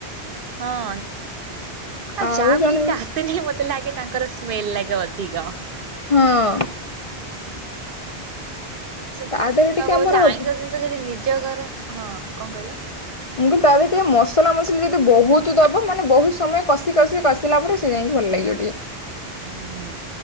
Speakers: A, on the right (about 60°); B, on the left (about 45°).
A: ହଁ ଆଉ
B: ଆଉ
A: ଯାହାକୁ
B: ଜଣେ
A: ଠିକ୍ ସେ ଆସେନି ମତେ ଲାଗେ ତାଙ୍କର ସ୍ମେଲ୍ ଲାଗେ ଅଧିକ।
B: ହଁ।
A: ଛି ମୁଁ
B: ତା ଦେହରେ ଟିକେ
A: ବା କହୁଛି
B: ଆମର
A: ଆଇଁଷ
B: ମୁଁ
A: ଜିନିଷ ଯଦି ନିଜ ଘର ହଁ କଣ କହିଲ।
B: ମୁଁ କହିଲି ତା ଦେହରେ ଟିକେ ମସଲା ମସଲା ଯଦି ବହୁତ ଦବ ମାନେ ବହୁତ ସମୟ କଷି କଷି କଷି କଷିଲା ପରେ ସେ ଯାଇକି ଭଲ ଲାଗିବ ଟିକେ।
A: ହୁଁ ହୁଁ ହୁଁ।